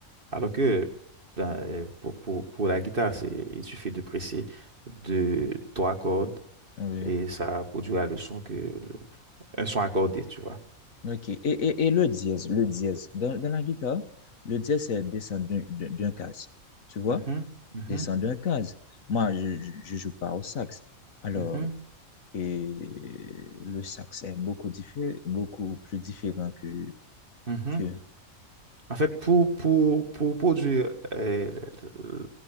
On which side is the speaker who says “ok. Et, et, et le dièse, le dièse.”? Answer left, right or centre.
Left